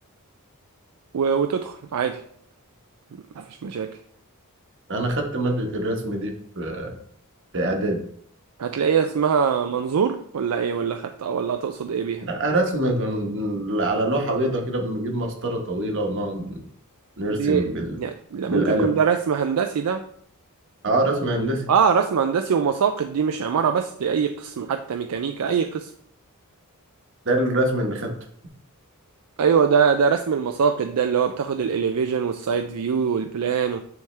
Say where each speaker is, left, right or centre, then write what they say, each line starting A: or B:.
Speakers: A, on the right; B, on the right.
A: و... وتدخل عادي ما فيش مشاكل
B: انا خدت مادة الرسم دي في في اعدادي
A: هتلاقيها اسمها منظور ولا ايه ولا خدت ولا تقصد ايه بيها
B: لا رسم كان على لوحة بيضاء كده بنجيب مسطرة طويلة ونقعد نرسم
A: دي
B: بال...
A: يعني لا
B: بالقلم
A: ممكن يكون ده رسم هندسي ده
B: اه رسم هندسي
A: اه رسم هندسي ومساقط دي مش عمارة بس دي اي قسم حتى ميكانيكا اي قسم
B: ده الرسم اللي خدته
A: ايوه ده ده رسم المساقط ده اللي هو بتاخد الاليفيجن والسايد فيو والبلان